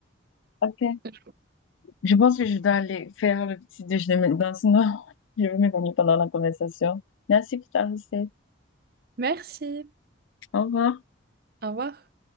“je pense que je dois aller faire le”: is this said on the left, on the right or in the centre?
Left